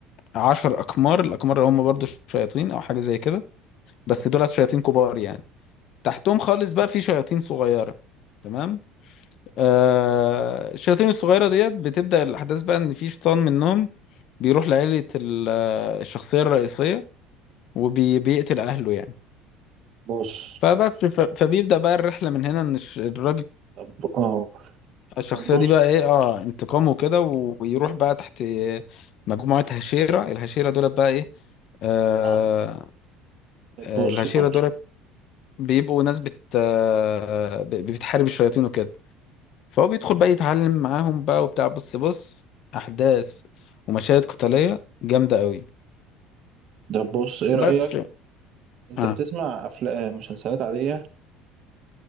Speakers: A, on the left; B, on the right.
A: عشر أقمار الأقمار هم برضو شياطين أو حاجة زي كده بس
B: ايوه
A: دولت شياطين كبار يعني تحتهم خالص بقى في شياطين صغيرة تمام آه الشياطين الصغيرة ديت بتبدأ الأحداث بقى إن في شيطان منهم بيروح لعيلة ال- آه، الشخصية الرئيسية وبيقتل اهله يعني
B: بص
A: فبس ف... فبيبدأ بقى الرحلة من هنا ان الش- الراجل
B: طب اه
A: الشخصية
B: طب بص
A: دي بقى ايه اه انتقامه كده و- ويروح بقى تحت مجموعة هشيرة الهشيرة دول بقى ايه آه
B: اه طب
A: آه،
B: بص
A: الهشيرة
B: بص
A: دول بيبقوا ناس بت آه ب- بتحارب الشياطين وكده فهو بيدخل بقى يتعلم معاهم بقى وبتاع بص بص احداث ومشاهد قتالية جامدة قوي
B: ده بص ايه رأيك
A: بس
B: انت
A: اه
B: بتسمع افلام مسلسلات عادية